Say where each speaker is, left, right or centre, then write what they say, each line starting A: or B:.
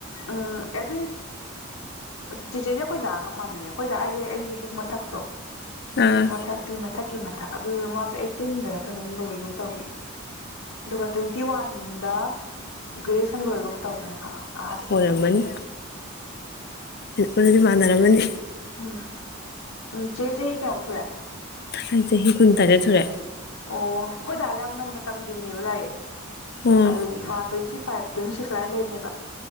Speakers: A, on the left (about 80°); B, on the left (about 50°).
A: ꯎꯝ ꯑꯗꯨꯗꯤ ꯆꯦꯆꯦꯁꯦ ꯑꯩꯈꯣꯏꯗꯥꯥꯒ ꯃꯥꯟꯅꯔꯦ ꯑꯩꯈꯣꯏꯗ ꯑꯩꯒ ꯑꯩꯒꯤ ꯍꯦꯛ ꯃꯊꯛꯇꯣ
B: ꯑꯥ
A: ꯃꯊꯛꯇꯤ ꯃ ꯃꯊꯛꯀꯤ ꯃꯊꯛ ꯑꯗꯨꯗ ꯃꯥꯖ ꯑꯩꯠꯇꯤꯟꯗꯔ ꯀꯩꯅꯣꯝ ꯂꯣꯏꯒꯨꯝ ꯇꯧꯅꯤ ꯑꯗꯨꯒ ꯇ꯭ꯋꯦꯟꯇꯤ ꯋꯥꯟꯗ ꯒ꯭ꯔꯦꯖꯨꯑꯦꯁꯟ ꯂꯣꯏꯔꯒꯨꯝ ꯇꯧꯕꯅꯦ ꯑ꯫
B: ꯑꯣꯔꯝꯃꯅꯤ꯫ ꯑꯗꯨꯗꯤ ꯃꯥꯟꯅꯔꯝꯃꯅꯤ꯫
A: ꯎꯝ꯫ ꯎꯝ ꯆꯦ ꯆꯍꯤ ꯀꯌꯥꯃꯨꯛ ꯁꯨꯔꯦ
B: ꯑꯩ ꯆꯍꯤ ꯀꯨꯟ ꯇꯔꯦꯠ ꯁꯨꯔꯦ꯫
A: ꯑꯣ ꯑꯩꯈꯣꯏꯗꯗꯥꯔ ꯌꯥꯝ ꯉꯟꯅ ꯇꯝ ꯅꯦꯕꯥ ꯂꯥꯏꯔꯤꯛ,
B: ꯑꯣ
A: ꯑꯗꯨꯒꯤ ꯃꯥ twenty five twenty six ꯑꯗꯨꯃꯥꯏꯅ ꯂꯩꯕꯅꯦꯕ꯫